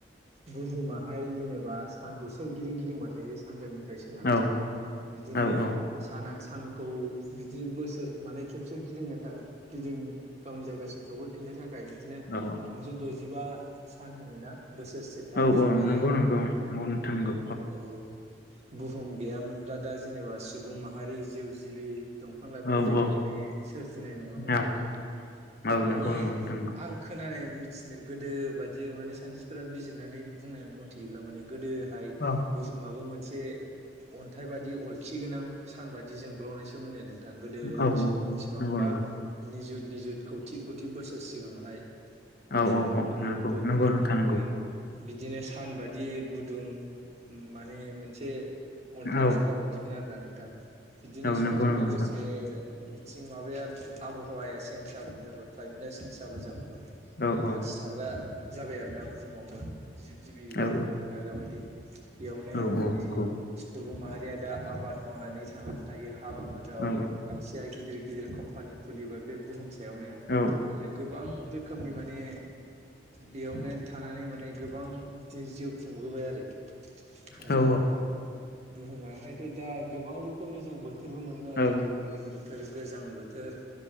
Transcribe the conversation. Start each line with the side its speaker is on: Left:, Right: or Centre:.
Right: बुहुमाहाय जेनेबा बा सानखौ सोरगिदिं गिदिंबाय थायो सानजानिनिफ्राय सोनाबथिं
Left: औ
Right: बिदिनो
Left: औ औ
Right: साना सानखौ बिदि बोसोर माने खेबसे गिदिंनो था गिदिं गावनि जायगासिम सफैफिननो थाखाय थाखाय बिदिनो
Left: औ
Right: थामजौ द'जिबा सान होनो ना बोसोरसेफ्राम
Left: औ
Right: सम लायो
Left: नंगौ
Right: आरोना
Left: नंगौ
Right: नोंथाङा।
Left: नोंथां नंगौ
Right: औ बुहुम गैयामोनब्ला दा जेनेबा सुबुं माहारि जिउ जिबि दंफां लाइफां
Left: औ
Right: जेबो
Left: औ
Right: माने सोरजिनाय नङामोन
Left: औ
Right: आरोना।
Left: नंगौ
Right: माने
Left: नंगौ नोंथां नंगौ
Right: आं खोनानाय मिथिनो गोदो बादि माने साइन्टिस्टफोरा बिजिरनानै बुंनाय मथेयोब्ला माने गोदोहाय
Left: औ
Right: बुहुमाबो मोनसे एसे अनथाइ बादि अरखि गोनां सान बादि जोंब्लावनायसोम मोनो नों गोदोनि
Left: औ
Right: समाव बेसेबांबा
Left: नंगौ नंगौ
Right: निजुत निजुत खौथि खौथि बोसोर सिगाङावहाय बे
Left: औ
Right: समाव
Left: औ औ
Right: माने
Left: नंगौ नंगौ
Right: माहायबो
Left: नोंथां नंगौ
Right: बिदिनो सानबादि गुदुं माने मोनसे अन्थाइ
Left: औ
Right: थुख्रा बायदिमोन आरो ना नोंथां बिदिनो
Left: औ
Right: समजों
Left: नंगौ नंगौ
Right: लोगोसे
Left: नोंथां
Right: <unintelligible> माबाया आबहावाया चेन्ज जाबो जाबो क्लाय माने चेन्ज जाबो जाबो माने
Left: औ
Right: मानसि
Left: औ
Right: थाग्रा जाबाय आरोना बुहुमावबो जिब जिबि
Left: औ
Right: थांनानै थाग्रा बायदि बेयावनो
Left: औ
Right: माने
Left: औ नंगौ
Right: सुबुं माहारिया दा आबाद मावनानै थांनानै थायो हा बाहागोआव
Left: औ
Right: खायसेया गिदिर गिदिर कम्पानि खुलिबाय बे बुहुम सायावनो
Left: औ
Right: आरो गोबां रोखोमनि माने बेयावनो थानानै माने गोबां बि जिउ खुंबोबाय आरो आरो
Left: औ
Right: बुहुमाहायथ' दा गोबां रोखोमनि जों बोथोरबो मोनो
Left: औ
Right: जेरै गोलोम बो थोर गोजां बोथोर